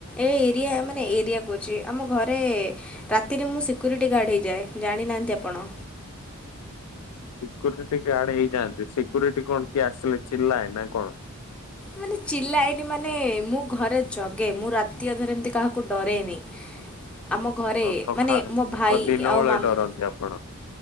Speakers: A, in the centre; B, on the left.
A: ଏ ଏରିଆ ମାନେ ଏରିଆ କହୁଛି ଆମ ଘରେ ରାତିରେ ମୁଁ ସିକ୍ୟୁରିଟି ଗାର୍ଡ ହେଇଯାଏ ଜାଣିନାହାନ୍ତି। ଆପଣ?
B: ସିକ୍ୟୁରିଟି ଗାର୍ଡ ହେଇଯାଆନ୍ତି ସିକ୍ୟରିଟି କଣ କିଏ ଆସିଲେ ଚିଲ୍ଲାଏ ନା କଣ?
A: ମାନେ ଚିଲାଇନି ମାନେ ମୁଁ ଘରେ ଜଗେ ମୁଁ ରାତି ଅଧରେ ଏମିତି କାହାକୁ ଡରେନି। ଆମ ଘରେ
B: ଆଉ ସକାଳ
A: ମାନେ ମୋ ଭାଇ
B: ଆଉ ଦିନ ବେଳେ
A: ମାମା
B: ଡରନ୍ତି ଆପଣ?